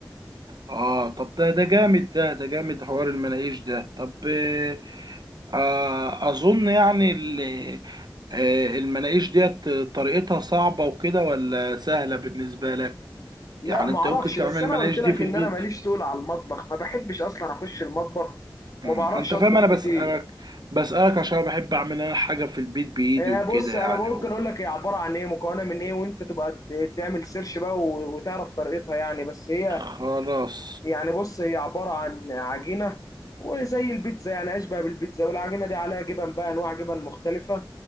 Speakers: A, on the right (about 60°); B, on the left (about 45°).
A: اه طب ده ده جامد ده ده جامد حوار المناقيش ده طب إيه، آه اظن يعني ال- آه، المناقيش ديت طريقتها صعبة وكده ولا سهلة بالنسبة لك
B: لا
A: يعني
B: معرفش
A: انت ممكن تعمل
B: بس انا
A: المناقيش
B: قلت لك
A: دي في
B: ان
A: البيت
B: انا ماليش طول على المطبخ ما بحبش اصلا اخش المطبخ وما
A: مم.
B: بعرفش
A: انت
B: اطبخ
A: فاهم انا بسألك
B: كتير
A: بسألك عشان بحب اعمل انا حاجة في البيت بايدي
B: آه،
A: وكده
B: بص انا
A: يعني
B: ممكن
A: و...
B: اقول لك هي عباره عن ايه مكونه من ايه وانت تبقى ت- تعمل سيرش بقى و- وتعرف طريقتها يعني بس هي
A: خلاص
B: يعني بص هي عباره عن عجينه وزي البيتزا يعني اشبه بالبيتزا والعجينه دي عليها جبن بقى انواع جبن مختلفه